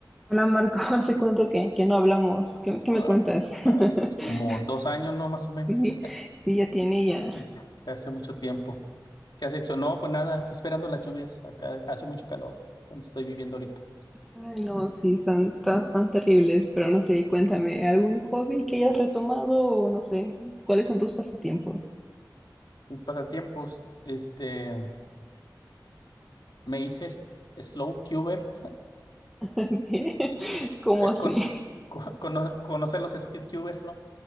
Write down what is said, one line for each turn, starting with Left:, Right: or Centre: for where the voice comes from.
Centre: Hola Marco, <laughs> ¿hace cuánto que, que no hablamos? ¿Qué, qué me
Left: Ah,
Centre: cuentas? <laughs>
Left: ah, es como dos años, ¿no? Más o menos.
Centre: Sí, sí, ya tiene ya.
Left: <laughs> Hace mucho tiempo. ¿Qué has hecho? No, pues nada, aquí esperando las lluvias. Acá hace mucho calor, donde estoy viviendo ahorita.
Centre: Ay, no, sí, son tan, tan terribles, pero no sé, cuéntame, ¿algún hobby que hayas retomado o no sé, cuáles son tus pasatiempos?
Left: Mis pasatiempos, este, me hice s- slow cuber,
Centre: <laughs> ¿Qué? ¿Cómo
Left: eh,
Centre: así?
Left: con, <laughs> co- cono- conocer los speed cubers, ¿no?